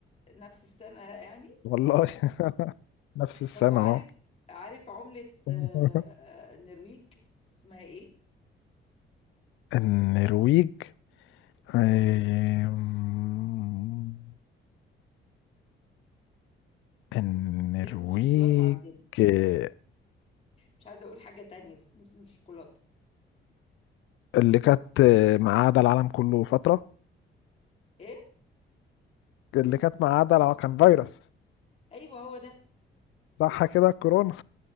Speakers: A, on the left; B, on the left.
A: نفس السنة يعني
B: والله <laughs> نفس السنة
A: طب عارف
B: اهو
A: عارف عملة
B: <laughs>
A: آه، آه، النرويج اسمها ايه؟
B: النرويج آم، النرويج
A: ده اسم شوكولاتة عندنا
B: آه،
A: مش عايزة اقول حاجة تانية بس اسم الشوكولاتة
B: اللي كانت آه، مقعدة العالم كله فترة
A: ايه؟
B: اللي كانت مقعدة لو كان فيروس
A: ايوه هو ده
B: صح كده كورونا